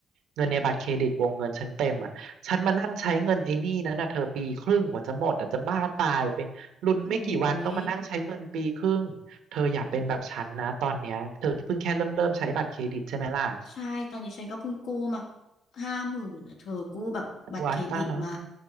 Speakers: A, on the right; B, on the left.
A: เงินในบัตรเครดิตวงเงินฉันเต็มอ่ะฉันมานั่งใช้เงินไอ้หนี่นั้นน่ะเธอปีครึ่งกว่าจะหมดอ่ะจะบ้าตายไปลุ้นไม่กี่วันต้องมานั่งใช้เงินปีครึ่งเธออย่าเป็นแบบฉันนะตอนเนี้ยเธอเพิ่งแค่เริ่มเริ่มใช้บัตรเครดิตใช่ไหมล่ะ
B: โอ้ยใช่ตอนนี้ฉันก็เพิ่งกู้มาห้าหมื่นอะเธอกู้แบบบัตรเครดิตมา
A: ว้ายตายแล้ว